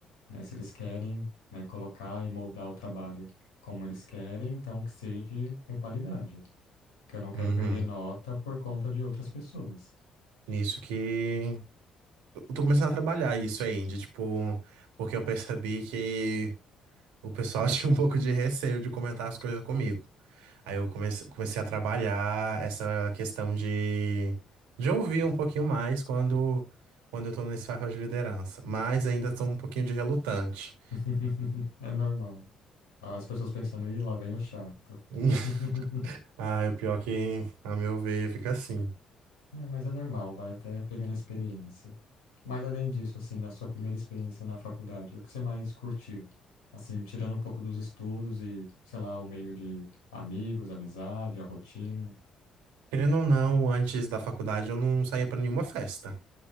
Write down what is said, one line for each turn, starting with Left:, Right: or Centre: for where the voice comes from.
Left: né? Se eles querem, né, colocar e moldar o trabalho como eles querem, então que seja de- com qualidade, que eu não quero
Right: Uhum.
Left: perder nota por conta de outras pessoas.
Right: Isso que. Eu tô começando a trabalhar isso aí, de tipo. Porque eu percebi que o pessoal <laughs> tinha um pouco de receio de comentar as coisas comigo. Aí eu comecei, comecei a trabalhar essa questão de, de ouvir um pouquinho mais quando, quando eu tô nesse papel de liderança. Mas ainda tô um pouquinho de relutante.
Left: <laughs> É normal. As pessoas pensando, ih, lá vem o chato.
Right: <laughs>
Left: <laughs>
Right: Ah, o pior é que, a meu ver, fica assim.
Left: Não, mas é normal, vai até pegando experiência. Mas além disso, assim, da sua primeira experiência na faculdade, o que você mais curtiu? Assim, tirando um pouco dos estudos e, sei lá, o meio de amigos, amizade, a rotina. <laughs>
Right: Querendo ou não, antes da faculdade eu não saía pra nenhuma festa.